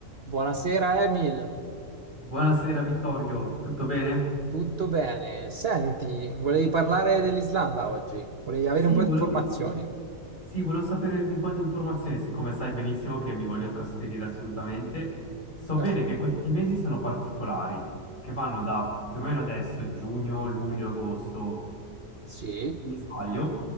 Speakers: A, on the right (about 50°); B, on the left (about 35°).
A: Buonasera Emil,
B: Buonasera Vittorio, tutto bene?
A: tutto bene? Senti, volevi parlare dell'Islanda oggi? Volevi avere
B: Sì,
A: un po' di
B: volevo,
A: informazioni?
B: sì, volevo sapere un po' di informazioni, siccome sai benissimo che mi voglio trasferire assolutamente. So
A: Eh,
B: bene che questi mesi sono particolari, che vanno da più o meno adesso, giugno, luglio, agosto,
A: Sì?
B: mi sbaglio?